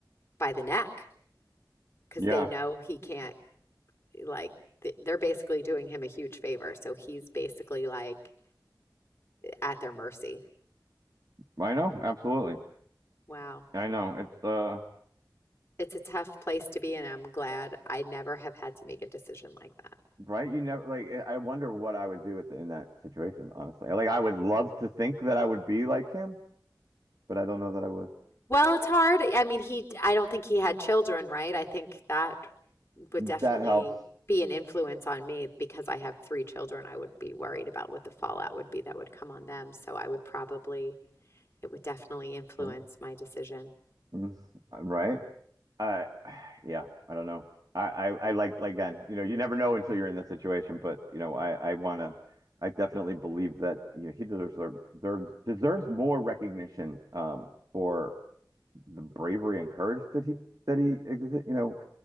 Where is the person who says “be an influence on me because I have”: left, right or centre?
Left